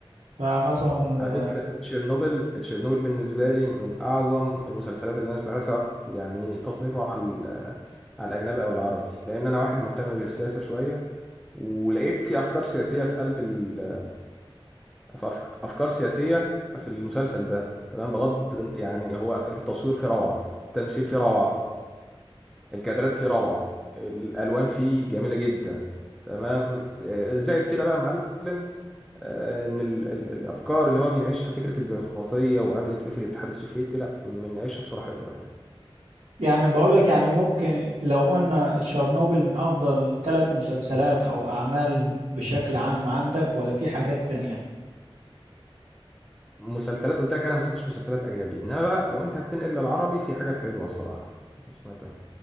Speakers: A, on the right; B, in the centre.
A: فمثلا آه،
B: على فكرة تشيرنوبل تشيرنوبل بالنسبة لي من أعظم المسلسلات اللي أنا سمعتها سواء يعني تصنيفه على ال- على الأجنبي أو العربي لأن أنا واحد مهتم بالسياسة شوية ولقيت في افكار سياسيه في قلب ال... في أفك... افكار سياسيه في المسلسل ده تمام بغض يعني هو التصوير فيه روعه التمثيل فيه روعه الكادرات فيه روعه الالوان فيه جميله جدا تمام آه، زائد كده بقى يا معلم آه، ان ال... ال... الافكار اللي هو بيناقشها فكره البيروقراطيه وعملت ايه في الاتحاد السوفيتي لا بناقشها بصوره حلوه يعني
A: يعني بقول لك يعني ممكن لو قلنا تشيرنوبل من افضل ثلاث مسلسلات او اعمال بشكل عام عندك ولا في حاجات تانية
B: مسلسلات قلت لك انا ما سمعتش مسلسلات اجنبي انما بقى لو انت هتنقل للعربي في حاجات حلوه الصراحه ما سمعتها